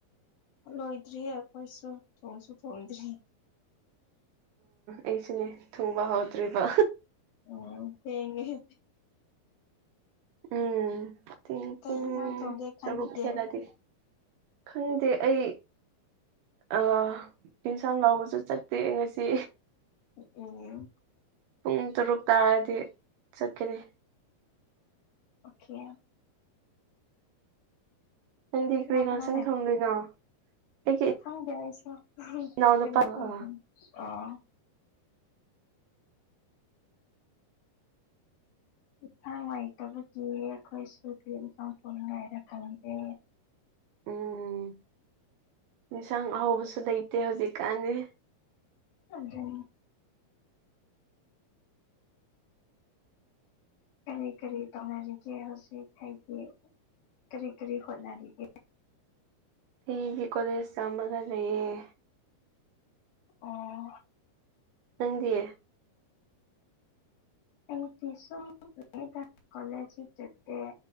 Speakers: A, on the left (about 65°); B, on the right (about 80°).
A: ꯂꯣꯏꯗ꯭ꯔꯤ ꯑꯩꯈꯣꯏꯁꯨ ꯊꯣꯡꯁꯨ ꯊꯣꯡꯗ꯭ꯔꯤ
B: ꯑꯩꯁꯤꯅꯦ ꯊ‌ꯣꯡꯕ ꯍꯧꯗ꯭ꯔꯤꯕ
A: ꯎ ꯊꯦꯡꯉ‌ꯦ
B: ꯎꯝ ꯊ‌ꯦꯡꯉ‌ꯦ
A: ꯀꯩ
B: ꯄꯨꯡ
A: ꯏꯟꯁꯥꯡ ꯊꯣꯡꯒꯦ ꯈꯜꯂꯤꯒꯦ
B: ꯇꯥꯔꯨꯛ ꯍ‌ꯦꯜꯂꯗꯤ ꯈꯪꯗꯦ ꯑꯩ ꯑ ꯌꯦꯟꯁꯥꯡ ꯂꯥꯎꯕꯁꯨ ꯆꯠꯇꯦ ꯉꯁꯤ
A: ꯎꯝ
B: ꯄꯨꯡ ꯇꯔꯨꯛ ꯇꯥꯔꯗꯤ ꯆꯠꯀꯅꯤ
A: ꯑꯣꯀꯦ
B: ꯅꯪꯗꯤ
A: ꯀꯅꯥ
B: ꯀꯔꯤ
A: ꯀꯅꯥ
B: ꯏꯡꯁꯪ ꯊ‌ꯣꯡꯗꯣꯏꯅꯣ ꯑꯩꯒꯤ
A: ꯈꯪꯗ‌ꯦ ꯑꯩꯁ‌ꯦ
B: ꯏꯅꯥꯎꯅꯨꯄꯥ
A: ꯀꯔꯤ ꯏꯟꯁꯥꯡ
B: ꯑꯥ
A: ꯊ‌ꯣꯡꯗ‌ꯣꯏꯅ‌‌ꯣ ꯏꯁꯥ ꯅꯨꯉꯥꯏꯇꯕꯒꯤ ꯑꯩꯈꯣꯏꯁꯨ ꯀꯔꯤ ꯑꯦꯟꯁꯥꯡ ꯊ‌ꯣꯡꯉꯤꯍꯥꯏꯕ ꯈꯪꯗꯦ
B: ꯎꯝ ꯏꯟꯁꯥꯡ ꯑꯍꯥꯎꯕꯁꯨ ꯂꯩꯇꯦ ꯍꯧꯖꯤꯛꯀꯥꯟꯅꯤ
A: ꯑꯗꯨꯅꯤ ꯀꯔꯤ ꯀꯔꯤ ꯇꯧꯅꯔꯤꯒꯦ ꯍꯧꯖꯤꯛ ꯍꯥꯏꯗꯤ ꯀꯔꯤ ꯀꯔꯤ ꯍꯣꯠꯅꯔꯤꯒꯦ
B: ꯑꯩꯗꯤ ꯀꯣꯂꯦꯖ ꯆꯝꯃꯒ ꯂꯩꯌꯦ
A: ꯑꯣ
B: ꯅꯪꯗꯤ
A: ꯑꯩꯗꯤ ꯁꯨꯝ <unintelligible> ꯀ‌ꯣꯂ‌ꯦꯖꯁꯨ ꯆꯠꯇ‌ꯦ